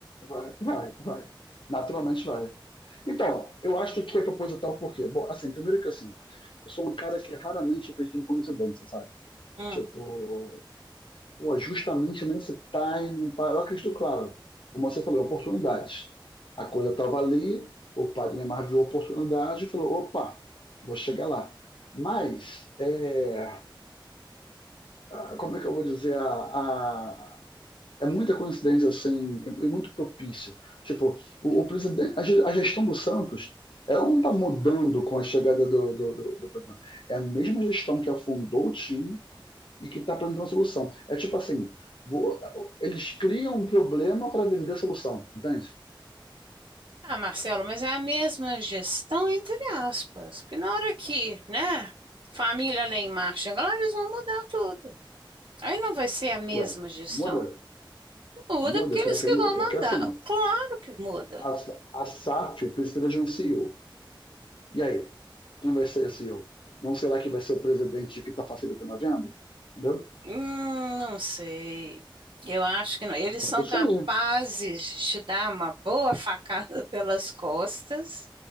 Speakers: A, on the left; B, on the right.
A: Vai, vai, vai. Naturalmente vai. Então, eu acho que é proposital por quê? Bom, assim, primeiro que assim, eu sou um cara que raramente acredita em coincidência, sabe?
B: Hum.
A: Tipo, pô, justamente nesse timing, pá, eu acredito, claro, como você falou, em oportunidades. A coisa estava ali, o padre Neymar viu a oportunidade e falou, opa, vou chegar lá. Mas, é, ah, como é que eu vou dizer, a- é muita coincidência assim, é é muito propício. Tipo, o, o presidente, a ge- a gestão do Santos, ela não está mudando com a chegada do, do, do, do Pedro. É a mesma gestão que afundou o time e que está apresentando a solução. É tipo assim, vo- eles criam um problema para vender a solução, entende?
B: Ah, Marcelo, mas é a mesma gestão entre aspas, porque na hora que, né, família lá em marcha, chega lá, eles vão mudar tudo. Aí não vai ser a mesma
A: Ué,
B: gestão.
A: muda?
B: Muda
A: Muda?
B: porque eles
A: Será que
B: que
A: muda?
B: vão
A: Porque
B: mandar.
A: assim,
B: Claro que muda.
A: a, a SAF precisa de um CEO. E O. E aí, quem vai ser esse CEO? Não será que vai ser o presidente que está facilitando a venda? Entendeu?
B: Hum, não sei. Eu acho que não. Eles
A: É
B: são
A: Isso
B: capazes
A: aí.
B: de te dar uma boa facada <laughs> pelas costas,